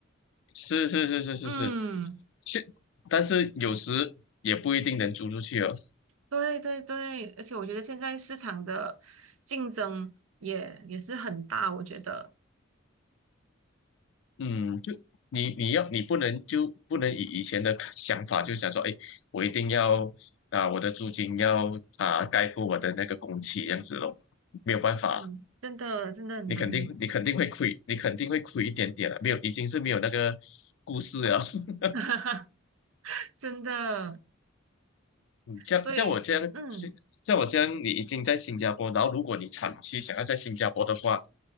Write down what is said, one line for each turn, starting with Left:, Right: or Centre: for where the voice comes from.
Left: 是是是是是是，
Right: 嗯。
Left: 是，但是有时也不一定能租出去哦。
Right: 对对对，而且我觉得现在市场的竞争也也是很大，我觉得，
Left: 嗯，就你你要你不能就不能以以前的看想法，就想说，哎，我一定要啊，我的租金要啊盖过我的那个工期这样子咯，没有办法，
Right: 嗯，真的真的很难，
Left: 你肯定你肯定会亏，你肯定会亏一点点的，没有已经是没有那个故事了。<laughs>
Right: <laughs> 真的，
Left: 像像我这样，
Right: 所以，嗯
Left: 新像我这样，你已经在新加坡，然后如果你长期想要在新加坡的话，